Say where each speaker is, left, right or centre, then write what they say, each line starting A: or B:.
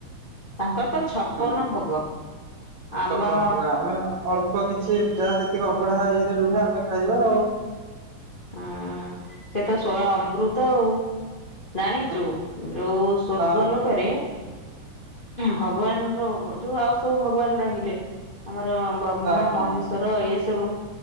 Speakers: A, on the left; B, on the right.
A: ତାଙ୍କର ତ ଛପନ
B: ହୁଁ
A: ଭୋଗ ଆମ
B: ଛପନ ଭୋଗ ଆମେ ଅଳ୍ପ କିଛି ଯାହା ଯେତିକି ଅବଢା ଇଏରେ ରୁହେ ଆମେ ଖାଇବା ଆଉ।
A: ହୁଁ ସେ ତ ସ୍ୱୟ ଅମୃତ ଆଉ। ଜାଣିଚୁ
B: ହୁଁ
A: ଯୋଉ ସ୍ଵର୍ଗ
B: ହଁ
A: ଲୋକରେ ଭଗବାନଙ୍କ ଯୋଉ ଆଉ ସବୁ ଭଗବାନ ରହିଲେ ଆମର ବ୍ରହ୍ମା
B: ହଁ ହଁ
A: ମହେଶ୍ଵର ଏ ସବୁ